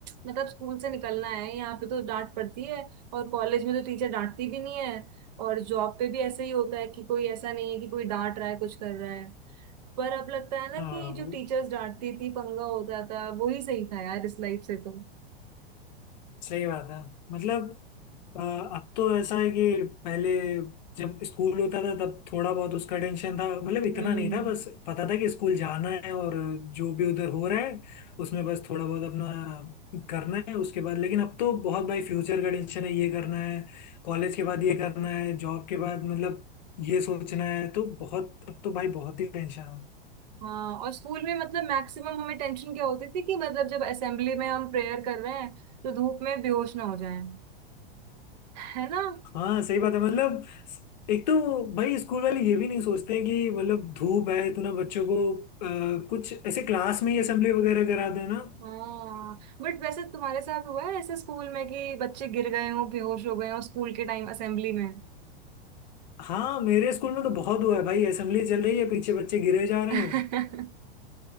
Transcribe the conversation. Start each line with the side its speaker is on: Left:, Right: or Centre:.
Right: मतलब स्कूल से निकलना है यहाँ पे तो डांट पड़ती है और कॉलेज में तो टीचर डांटती भी नहीं है और जॉब पे भी ऐसे ही होता है कि कोई ऐसा नहीं है कि कोई डांट रहा है कुछ कर रहा है पर अब लगता है ना
Left: हाँ
Right: कि जो टीचर्स डांटती थी पंगा होता था वो ही सही था यार इस लाइफ से तो
Left: सही बात है मतलब अ, अब तो ऐसा है कि पहले जब स्कूल होता था तब थोड़ा बहुत उसका टेंशन था मतलब इतना
Right: हम्म
Left: नहीं था बस पता था कि स्कूल जाना है और जो भी उधर हो रहा है उसमें बस थोड़ा बहुत अपना करना है उसके बाद लेकिन अब तो बहुत भाई फ्यूचर का टेंशन है ये करना है कॉलेज के बाद ये करना है जॉब के बाद मतलब ये सोचना है तो बहुत अब तो भाई बहुत ही टेंशन है
Right: हाँ और स्कूल में मतलब मैक्सिमम हमें टेंशन क्या होती थी कि मतलब जब असेंबली में हम प्रेयर कर रहे हैं तो धूप में बेहोश ना हो जाएं है ना
Left: हाँ सही बात है मतलब एक तो भाई स्कूल वाले ये भी नहीं सोचते हैं कि मतलब धूप है इतना बच्चों को अ, कुछ ऐसे क्लास में ही असेंबली वगैरह करा देना
Right: हाँ बट वैसे तुम्हारे साथ हुआ है ऐसे स्कूल में कि बच्चे गिर गए हों बेहोश हो गए हों स्कूल के टाइम असेंबली में
Left: हाँ मेरे स्कूल में तो बहुत हुआ है भाई असेंबली चल रही है पीछे बच्चे गिरे जा रहे
Right: <laughs>
Left: हैं